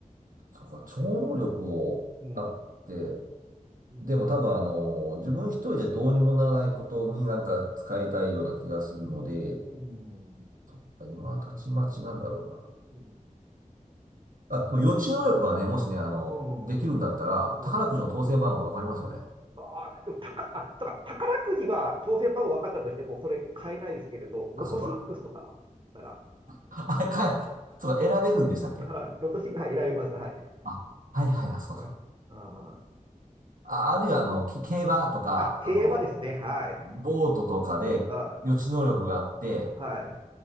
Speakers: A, on the right; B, on the right.
A: そうか、超能力を、
B: うん。
A: だって、
B: うん。
A: でも多分あの、自分一人じゃどうにもならないことになんか使いたいような気がするので、
B: うん。
A: そっか今はたちまちなんだろうな。
B: うん。
A: あ、でも予知能力はね、もしね、あの、
B: うん。
A: できるんだったら、
B: うん。
A: 宝くじの当選番号わかりますよね。
B: ああ、でも、たか、あ、そうか、宝くじは当選番号分かったとしても、それ買えないですけれど、ロトシックスとかなら、
A: あ、そうか。あ、か、<laughs> そうか、選べるんでしたっけ
B: <laughs> はいロトシックスはい、選べます。はい。
A: あ、はいはい、あ、そうかそうか。
B: うん。うん
A: あ、あるいは、あの、け競馬とか、
B: あ、競馬ですね。
A: あの、
B: はい。
A: ボートとかで予知能力があって、
B: あ、はい。